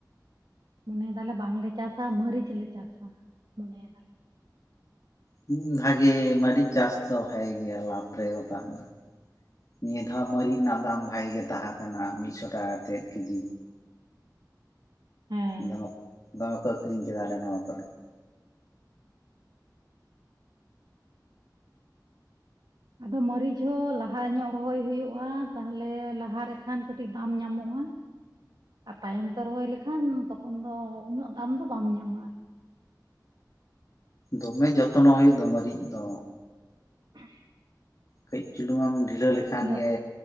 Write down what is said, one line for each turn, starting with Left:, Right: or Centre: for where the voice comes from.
Right: ᱢᱚᱱᱮᱭ ᱫᱟᱞᱮ ᱵᱟᱝ ᱞᱮ ᱪᱟᱥᱟ, ᱢᱟᱹᱨᱤᱪ ᱞᱮ ᱪᱟᱥᱟ ᱢᱚᱱᱮᱭ ᱫᱟᱞᱮ᱾
Left: ᱦᱩᱸ ᱵᱷᱟᱜᱮ ᱢᱟᱹᱨᱤᱪ ᱪᱟᱥ ᱫᱚ ᱵᱷᱟᱜᱮ ᱜᱮᱭᱟ ᱞᱟᱵᱷ ᱨᱮᱦᱚᱸ ᱛᱟᱦᱮᱱᱟ᱾ ᱱᱤᱭᱟᱹ ᱫᱷᱟᱣ ᱢᱟᱹᱨᱤᱡ ᱨᱮᱱᱟᱜ ᱫᱟᱢ ᱵᱷᱟᱜᱮ ᱜᱮ ᱛᱟᱦᱮᱸ ᱠᱟᱱᱟ ᱢᱤᱫᱥᱚ ᱴᱟᱠᱟ ᱠᱟᱛᱮᱫ ᱠᱮᱡᱤ᱾
Right: ᱦᱮᱸ
Left: ᱫᱚᱢᱚᱠ ᱫᱚᱢᱮ ᱠᱚ ᱟᱹᱠᱷᱨᱤᱧ ᱠᱮᱫᱟ ᱟᱞᱮ ᱱᱚᱣᱟ ᱠᱚᱨᱮᱡ᱾
Right: ᱟᱫᱚ ᱢᱟᱹᱨᱤᱪ ᱦᱚᱸ ᱞᱟᱦᱟ ᱧᱚᱜ ᱨᱚᱦᱚᱭ ᱦᱩᱭᱩᱜᱼᱟ ᱛᱟᱦᱞᱮ ᱞᱟᱦᱟ ᱨᱮᱠᱷᱟᱱ ᱠᱟᱹᱴᱤᱡ ᱫᱟᱢ ᱧᱟᱢᱚᱜᱼᱟ᱾ ᱟᱨ ᱛᱟᱭᱚᱢ ᱛᱮ ᱨᱚᱦᱚᱭ ᱞᱮᱠᱷᱟᱱ ᱛᱚᱠᱷᱚᱱ ᱩᱱᱟᱹᱜ ᱫᱟᱢ ᱫᱚ ᱵᱟᱢ ᱧᱟᱢᱟ ᱟᱨ᱾
Left: ᱫᱚᱢᱮ ᱡᱚᱛᱱᱚ ᱦᱩᱭᱩᱜ ᱫᱚ ᱢᱟᱹᱨᱤᱡ ᱫᱚ᱾
Right: <inaudible>
Left: ᱠᱟᱹᱡ ᱪᱩᱞᱩᱝ ᱮᱢ ᱰᱷᱤᱞᱟᱹ ᱞᱮᱠᱷᱟᱱ
Right: ᱡᱚᱜ
Left: ᱜᱮ